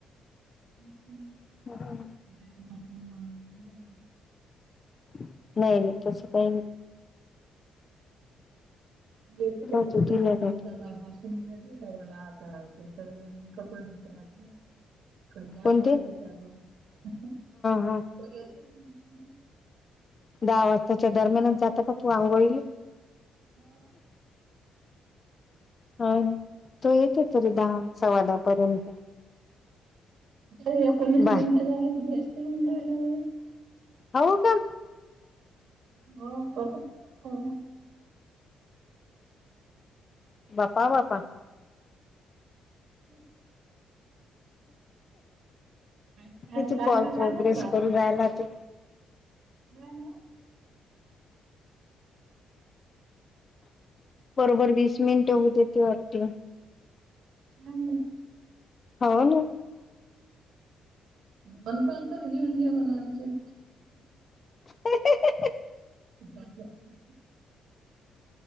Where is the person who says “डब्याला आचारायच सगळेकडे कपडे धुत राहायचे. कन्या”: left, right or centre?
Right